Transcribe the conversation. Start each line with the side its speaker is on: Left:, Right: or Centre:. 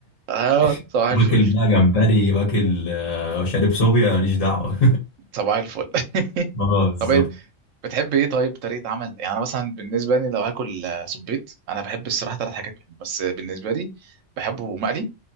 Right: اه
Left: <laughs>
Right: صباح
Left: باكل
Right: الفل
Left: بقى جمبري واكل آه، شارب صوبيا ماليش دعوه
Right: صباح الفل <laughs>
Left: <laughs> اه بالظبط
Right: طب إيه بتحب ايه طيب طريقه عمل يعني انا مثلا بالنسبه لي لو هاكل آه، صبيط انا بحب الصراحه ثلاث حاجات بحب. بس آه، بالنسبه لي بحبه مقلي